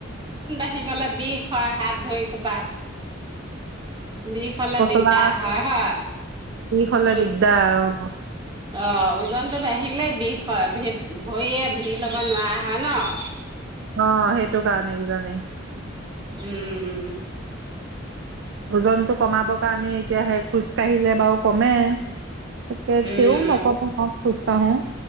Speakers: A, on the right; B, on the right.
A: আহি গলে বিষ হয় হাত ভৰি খোপা বিষ হলে
B: পচলা
A: দিগদাৰ হয় হয়
B: বিষ হলে
A: খোজ
B: দিগদাৰ অ
A: অ ওজনটো বাঢ়িলেই বিষ হয় ভি ভৰিয়ে ভিৰ ল'ব নোৱাৰা হয় ন।
B: অ সেইটো কাৰণে কিজানি।
A: উম।
B: ওজনতটো কমাবৰ কাৰণে এতিয়া হে খোজ কাঢ়িলে বাৰু কমে। কেতেয়াওঁ
A: উম
B: নকমে নহ। খোজ কাঢ়ো।